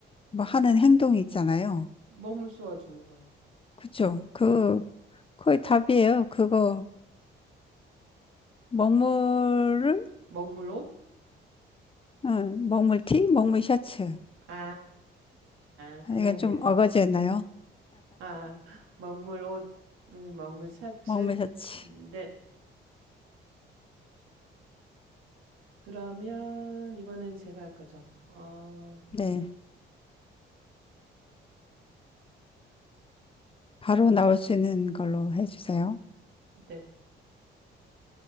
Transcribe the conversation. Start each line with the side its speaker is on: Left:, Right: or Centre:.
Left: 뭐 하는 행동이 있잖아요.
Right: 먹물 쏘아주는 거요.
Left: 그쵸? 그,
Right: 네,
Left: 거의 답이에요. 그거, 먹물을
Right: 먹물 옷?
Left: 응, 먹물 티? 먹물 셔츠.
Right: 아, 아, 아, 그런
Left: 이건 좀
Right: 개념.
Left: 어거지였나요?
Right: 아, 먹물 옷, 음, 먹물 셔츠.
Left: 먹물 셔츠.
Right: 음, 네, 그러면 이번엔 제가 할 거죠. 어,
Left: 네. 바로 나올 수 있는 걸로 해주세요.
Right: 네.